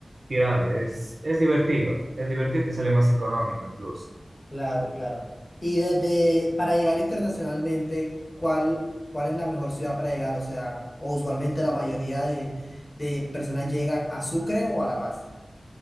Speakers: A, on the right (about 65°); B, on the left (about 40°).
A: tírale, es, es divertido, es divertido y te sale más económico incluso.
B: claro, claro. Y desde, para llegar internacionalmente, ¿cuál, cuál es la mejor ciudad para llegar? O sea, o usualmente la mayoría de, de personas llegan a Sucre o a La Paz.